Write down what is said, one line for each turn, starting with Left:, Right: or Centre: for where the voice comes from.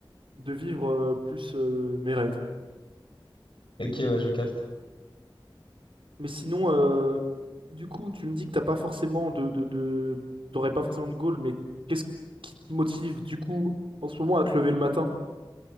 Right: de vivre euh, plus euh, mes rêves.
Left: Ok, ouais, je capte.
Right: Mais sinon, euh, du coup, tu me dis que t'as pas forcément de, de, de- t'aurais pas forcément de goal, mais qu'est-ce qui te motive du coup en ce moment à te lever le matin?